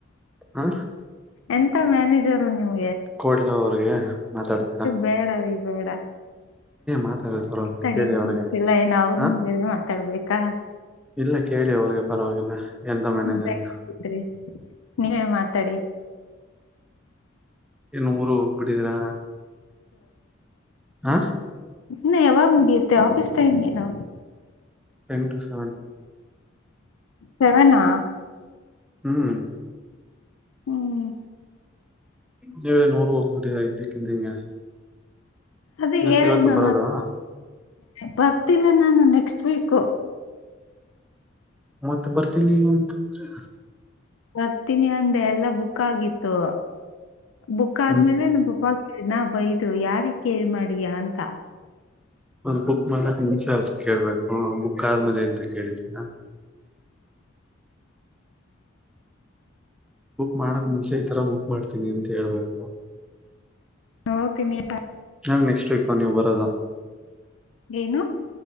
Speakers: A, in the centre; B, on the left.
A: ಹಾ.
B: ಎಂತ ಮ್ಯಾನೇಜರು ನೀವು.
A: ಕೋಡ್ಲೂರು. ಗೆ <unintelligible> ಮಾತಾಡ್ತೀರಾ
B: ಬೇಡ ರೀ ಬೇಡ
A: ಮಾತಾಡಕೆ ಬರೋದ
B: ತಡಿಯಲ್ಲ
A: ಕೇಳಿ ಅವ್ರಿಗೆ
B: ಏನ್ ಅವ್ರನ್
A: ಹ
B: ಬೇರೆ ಮಾತಾಡ್ಬೇಕಾ
A: ಇಲ್ಲ ಕೇಳಿ ಅವ್ರಿಗೆ. ಪರವಾಗಿಲ್ಲ ಎಂತ ಮ್ಯನೇಜರ್
B: ಬೇಡ
A: ನೀವು.
B: ಬಿಡ್ರಿ ನೀವೇ ಮಾತಾಡಿ
A: ಏನ್ನುವರು ಬಿಟ್ಟಿದೀರಾ. ಹಾ
B: ಇನ್ನೂ ಯವಾಗ್ ಮುಗಿಯುತ್ತೆ ಆಫೀಸ್ ಟೈಮ್ಗೆ ನಾ,
A: ಟೆನ್ ಟು ಸೆವೆನ್.
B: ಸೆವೆನಾ
A: ಹ್ಮ್.
B: ಹ್ಮ್
A: ನೀವೆನಾ ಊರಗೆ ಹೋಗ್ಬಿಟ್ಟಿದೀರಾ ಇದ್ದಿಕಿದ್ದಂಗೆ.
B: ಅದೇ
A: ತಿತ್ತ
B: ಹೇಳಿದ್ನಲ್ಲ
A: ಇವತ್ತ್ ಬರೋದು
B: ಬರ್ತಿಲ್ಲ ನಾನು ನೆಕ್ಸ್ಟ್ ವೀಕು.
A: ಮತ್ತ್ ಬರ್ತೀನಿ ಅಂತಿದ್ರಿ.
B: ಬರ್ತೀನಿ ಅಂದೆ ಎಲ್ಲಾ ಬುಕ್ ಆಗಿತ್ತು. ಬುಕ್ ಆದ್ಮೇಲೆ
A: ಹ್ಮ್
B: ನಮ್ಮ್ ಪಪ್ಪಾ ನಾ ಬೈದು ಯಾರನ ಕೇಳಿ ಮಾಡಿಯಾ ಅಂತಾ,
A: ಒಂದು ಬುಕ್ ಮಾಡಕ ನಿಮ್ಮ ಚಾರ್ಜ್ ಕೇಳ್ಬೇಕು. ಹ್ಮ ಬುಕ್ಕ ಆದ್ಮೇಲೆ ಏನ್ರೀ ಕೇಳರ್ತೀರಾ. ಬುಕ್ ಮಾಡಕ್ ಮುಂಚೆ ಈತರ ಬುಕ್ ಮಾಡ್ತೀನಿ ಅಂತ ಹೇಳ್ಬೇಕು,
B: ಹೌ ತಿಮಿಯಟ
A: ಇನ ನೆಕ್ಸ್ಟ್ ವೀಕಾ ನೀವ ಬರೋದು.
B: ಏನು